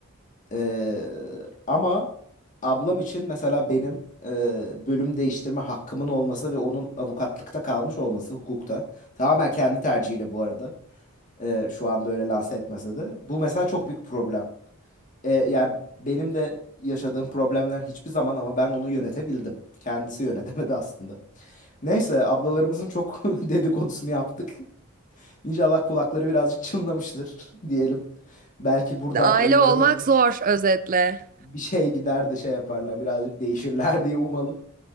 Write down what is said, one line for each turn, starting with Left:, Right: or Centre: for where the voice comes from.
Left: E, ama ablam için mesela benim e, bölüm değiştirme hakkımın olması ve onun avukatlıkta kalmış olması hukukta tamamen kendi tercihiyle bu arada e, şu anda öyle lanse etmese de bu mesela çok büyük problem. E, yani benim de yaşadığım problemler hiçbir zaman ama ben onu yönetebildim. Kendisi yönetemedi aslında. Neyse ablalarımızın çok <laughs> dedikodusunu yaptık. İnşallah kulakları birazcık çınlamıştır <laughs> diyelim. Belki buradan
Right: Aile
Left: onlara
Right: olmak
Left: da bir
Right: zor özetle.
Left: bir şey gider de şey yaparlar birazcık değişirler <laughs> diye umalım.